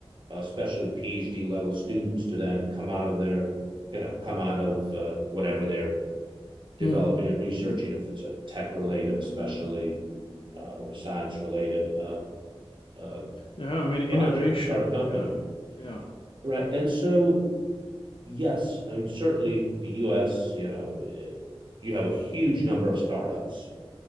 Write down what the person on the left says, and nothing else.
Mm.
Mm.
Yeah, I mean innovation.
Yeah, yeah,